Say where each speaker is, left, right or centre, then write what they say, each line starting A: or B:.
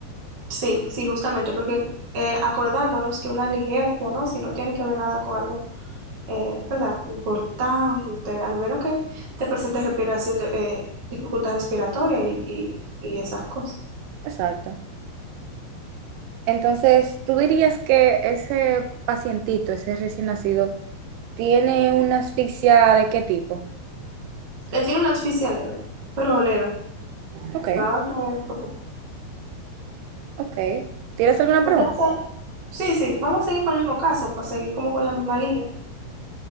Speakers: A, on the right; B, on the right.
A: Sí, sí, justamente, porque eh, acordándonos que una ligercia, ¿no? Si no tiene que ver nada con algo, eh, ¿verdad? Importante, al menos que te presente respiración de, eh, dificultad respiratoria y, y- y esas cosas.
B: Exacto. Entonces, ¿tú dirías que ese pacientito, ese recién nacido, tiene una asfixia de qué tipo?
A: Él tiene una asfixia leve, pero leve,
B: Ok.
A: nada que preocupar.
B: Ok. ¿Tienes alguna
A: Entonces,
B: pregunta?
A: sí, sí, vamos a seguir con el mismo caso, para seguir como con la misma línea.